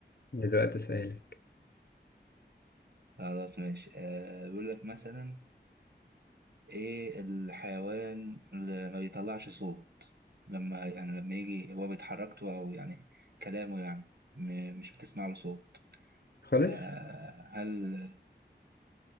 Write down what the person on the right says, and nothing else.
خلاص ماشي آه، بيقول لك مثلا إيه الحيوان اللي ما بيطلعش صوت لما يعني لما يجي هو بيتحركته أو يعني كلامه يعني م- مش بتسمع له صوت
آه، هل